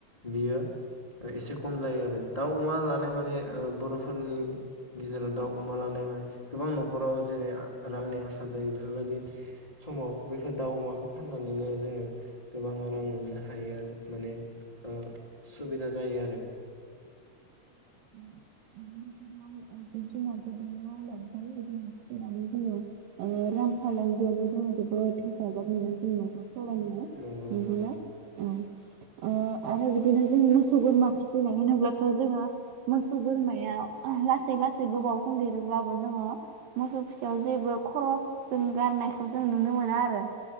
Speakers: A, on the left (about 20°); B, on the right (about 70°).
A: बियो एसे खम जायो आरो दाउ अमा लानाय माने ओ बर'फोरनि गेजेराव दाउ अमा लानाय माने गोबां न'खराव जेरै रांनि आंखाल जायो। बेफोरबायदि समाव बे दाउ अमाखौ फाननानैनो जोङो गोबां रां मोननो हायो आरो माने ओ सुबिदा जायो आरो
B: <unintelligible> जिब जुनारफोर दङ' नोंथां जोङो फिनानै <unintelligible> रां फालांगियावबो जोङो जोबोद हेफाजाब मोनो जोंनावबो
A: नंगौ
B: <unintelligible>
A: नंगौ
B: औ ओ आरो इगोदैनो जोङो मोसौ बोरमा फिसिनाय होनोब्लाथ' जोङो मोसौ बोरमाया लासै लासै गोबाव सम लिरोब्लाबो जोङो मोसौ फिसा जायोब्ला खरस जों गारनायखौ जों नुनो मोना आरो